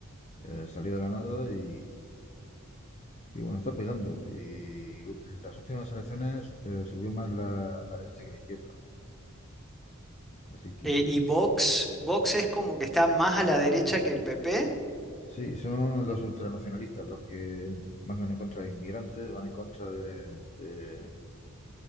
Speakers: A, on the left; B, in the centre.
A: Eh, salió de la nada y, y bueno, está pegando. Y en las últimas elecciones eh, subió más la, la derecha que la izquierda. Así que
B: Eh, ¿y Vox? ¿Vox es como que está más a la derecha que el PP?
A: sí, son los ultranacionalistas los que van en contra de inmigrantes, van en contra de, de